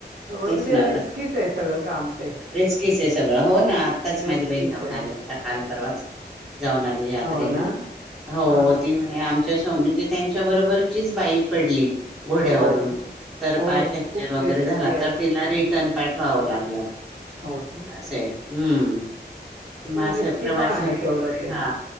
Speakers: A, on the right; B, in the centre.
A: थोड
B: तेच
A: म्हणजे
B: ना
A: रिस्कीच
B: रस्
A: आहे सगळं काम ते
B: रिस्कीच आहे सगळं हो ना आत्ताच माझी
A: रिस्कीच
B: बहीण जाऊन
A: आहे.
B: आली आता काल
A: हो
B: परवाच जाऊन आले यात्रेला.
A: हो हो ना
B: हो
A: हा
B: ती म्हणे आमच्या म्हणजे त्यांच्या बरोबरचीच बाई पडली घोड्यावरून.
A: हो ना
B: तर
A: हो
B: पाय फॅक्चर
A: खूप
B: वगैरे
A: रिस्की
B: झाला,
A: आहे
B: तर तिला रे न पाठवावं लागलं.
A: हो ना
B: असे हाय. हम्म.
A: ते
B: मास
A: रिस्की
B: प्रवास
A: पण आहे तेवढं ते.
B: हा